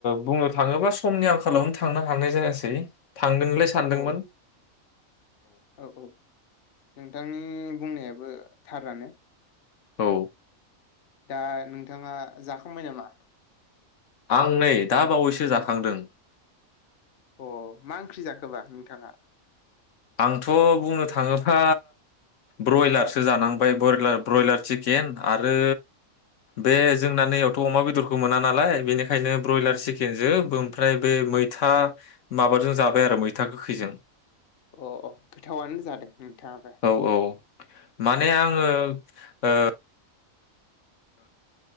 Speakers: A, on the left; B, on the left.
A: बुंनो थाङोबा समनि आंखालावनो थांनो हा थांनाय जायासै थांदों नोंलाय सानदोंमोन।
B: अ औ औ नोंथांनि बुंनायाबो थारानो।
A: औ।
B: दा नोंथाङा जाखांबाय नामा?
A: आं नै दा बावैसो जाखांदों।
B: अ मा ओंख्रि जाखोबा नोंथाङा?
A: आंथ' बुंनो थाङोब्ला ब्रयलारसो जानांबाय ब्रयलार। ब्रयलार चिकेन आरो बे जोंना नैयावथ' अमा बेदरखौ मोना नालाय बेनिखायनो ब्रयलार
B: औ
A: चिकेन जो ओमफ्राय बे मैथा माबाजों जाबाय आरो मैथा गोखैजों
B: अ औ गोथावनो जादों नोंथाङाबो।
A: औ औ माने आङो ओ